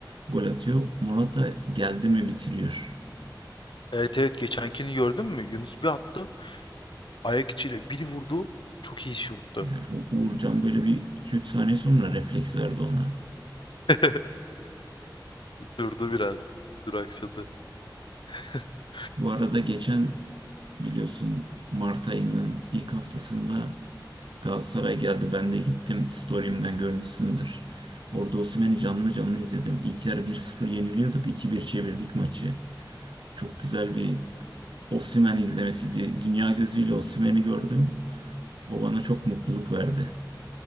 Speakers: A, on the right (about 85°); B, on the left (about 80°).
A: gol atıyor. Morata geldi mi bitiriyor.
B: Evet evet geçenkini gördün mü? Yunus bir attı. Ayak içiyle biri vurdu. Çok iyi şuttu.
A: Yani U- Uğurcan böyle bir iki üç saniye sonra refleks verdi ona.
B: <laughs> Durdu biraz. Duraksadı. <laughs>
A: Bu arada geçen biliyorsun Mart ayının ilk haftasında Galatasaray geldi. Ben de gittim. Story'imden görmüşsündür. Orada Osimhen'i canlı canlı izledim. İlk yarı bir sıfır yeniliyorduk. 2 bir çevirdik maçı. Çok güzel bir Osimhen izlemesiydi. Dünya gözüyle Osimhen'i gördüm. O bana çok mutluluk verdi.